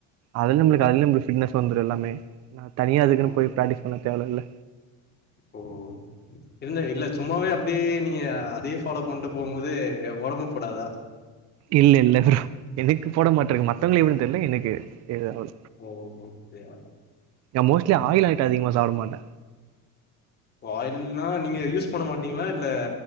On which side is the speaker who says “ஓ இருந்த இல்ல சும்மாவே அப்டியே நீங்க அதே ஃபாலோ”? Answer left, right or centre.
Left